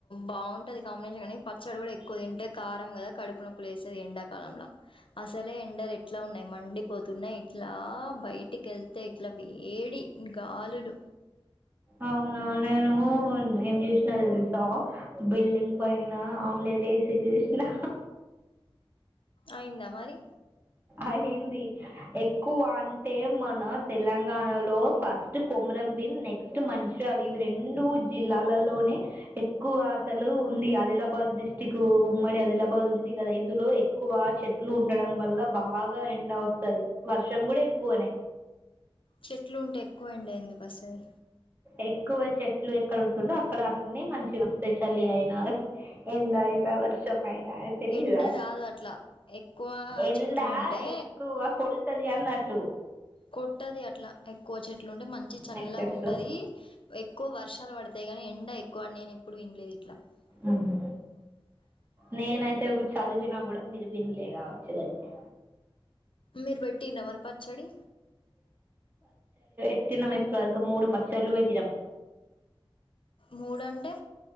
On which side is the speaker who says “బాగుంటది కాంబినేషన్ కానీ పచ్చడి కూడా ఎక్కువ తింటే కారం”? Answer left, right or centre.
Left